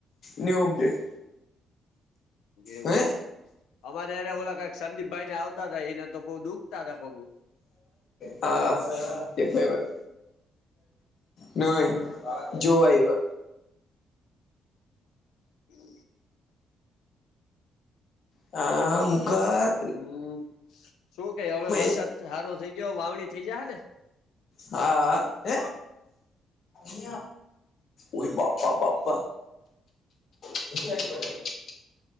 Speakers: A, on the left; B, on the left.
A: ન્યું અપડેટ
B: એવું
A: હે
B: છે અમારે એને ઓલા કાઈક સંદીપ ભાઈ ને આવતા હતા એને તો બઉ દુખતા હતા પગ
A: હા <unintelligible> નઈ જોવા આયવા
B: હમ
A: હા મુકત
B: હમ શું કે હવે વરસાદ
A: એક
B: હારો થઇ ગયો વાવણી થઇ જાહેને
A: હા હ હ ઓય બાપા બાપા <unintelligible>